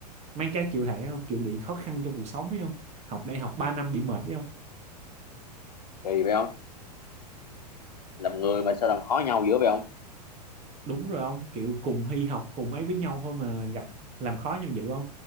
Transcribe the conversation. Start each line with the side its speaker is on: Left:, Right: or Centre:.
Right: mang cái kiểu thể không kiểu bị khó khăn trong cuộc sống ấy không học đại học 3 năm bị mệt ấy không
Left: kỳ vậy không làm người mà sao làm khó nhau dữ vậy không
Right: đúng rồi ông kiểu cùng hy học cùng ấy với nhau thôi mà gặp làm khó nhau dữ không